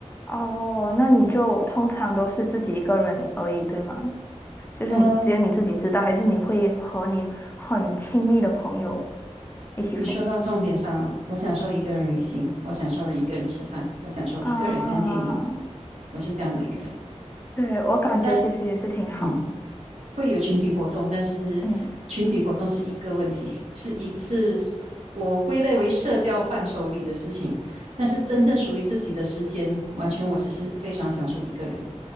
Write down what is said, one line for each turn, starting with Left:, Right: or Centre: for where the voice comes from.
Left: 哦，那你就通常都是自己一个人而已，对吗？就是你只有你自己知道，
Right: 嗯、
Left: 还是你会和你很亲密的朋友一起分享？
Right: 你说到重点上了，我享受一个人旅行，我享受一个人吃饭，我享受一个人看电影，
Left: 啊，
Right: 我是这样的一个人。
Left: 对，我感觉其实也是挺好。
Right: 但。嗯，会有群体活动，但是群体活动是一个问题，
Left: 嗯，
Right: <laughs> 是一是我归类为社交范畴里的事情。但是真正属于自己的时间，完全我就是非常享受一个人。